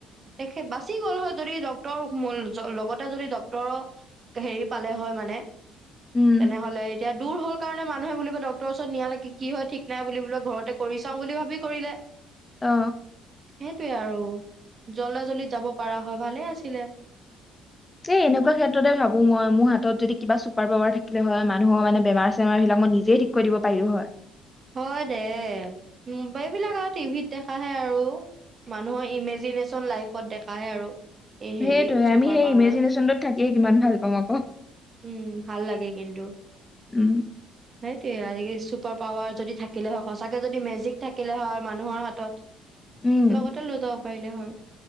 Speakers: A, on the right; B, on the left.
A: দেখে বাচি গল হয়। যদি ডটৰ লগতে যদি ডক্তৰৰ হেৰি পালে হয় মানে।
B: উম
A: তেনেহলে এতিয়া। দূৰ হ'ক। কাৰণে মানুহে বুলা ডক্টৰৰ ওচৰত নিয়ালেক কি হয় ঠিক নাই বুলি বোলা ঘৰতে কৰি চাও বুলি ভাবি কৰিলে।
B: অ
A: সেইটয়ে আৰু জলা জলিত যাব পা হয় ভালে আছিল। চিলে।
B: এ এনেকুৱা ক্ষেত্ৰতে ভাবো মই মোৰ হাতত যদি কিবা চুপাৰ পাৱাৰ থাকিলে হয় মান। মানুহ মানে বেমাৰ চেমাৰ বিবাক ম নিজে ঠিক কৰি দিব পাৰিলো হয়।
A: হয় দে এইবিলাক আৰু টিভিত দেখা। স আৰু। মানুহৰ ইমেজিনেশচন লাইফত দেখা। আহে আৰু। এই হেৰি
B: সেইটোহে
A: চুপাৰ
B: আমি সেই
A: পাৱাৰ
B: ইমেজিনেশচনটোত থাকিয়ে কিমান ভাল পাাম আকৌ।
A: উম ভাল লাগে কিন্তু।
B: উম।
A: সেইটয়ে আজি চুপাৰ পাৱাৰ যদি থাকিলে হওক সঁচাকে যদি মেজিক থাকিলে হয় মানুহৰ হাতত।
B: উম
A: লগতে লৈ যাও। পাৰিলে হয়